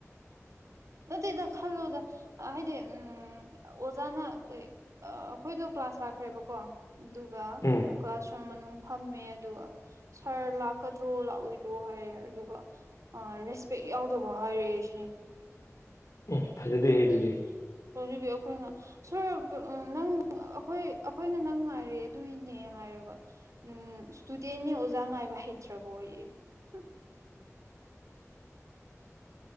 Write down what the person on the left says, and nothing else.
ꯎꯝ
ꯎꯝ ꯐꯖꯗꯦ ꯍꯦ ꯑꯗꯨꯗꯤ
<inaudible>